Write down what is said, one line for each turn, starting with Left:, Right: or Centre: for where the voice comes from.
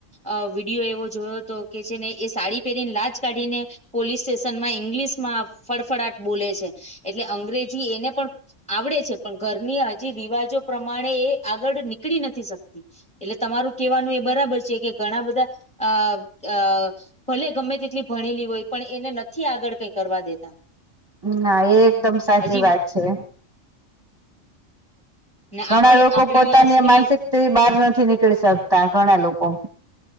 Centre: અ વિડીયો એવો જોયો હતો કે છે ને એ સાડી પહેરીને લાચ કાઢીને. પોલીસ સ્ટેશનમાં ઇંગ્લિશમાં ફફડાાટ બોલે છે એટલે અંગ્રેજી એને પણ આવડે છે પણ ઘરની હજી રિવાજો પ્રમાણે એ આગળ નીકળી નથી શકતી. એટલે તમારું કેહેવાનું એ બરાબર છે કે ઘણા બધા અ અ ભલે ગમે તેટલી ભણેલી હોય પણ એને નથી આગળ કઈ કરવા દેતા.
Right: ના એ એકદમ સાચી
Centre: હજી
Right: વાત છે.
Centre: ને
Right: ઘણા
Centre: આપણે
Right: લોકો
Centre: આપણી
Right: પોતાની
Centre: અહં સ્ત્રી
Right: માનસિકતા બહાર નથી નીકળી શકતા ઘણા લોકો.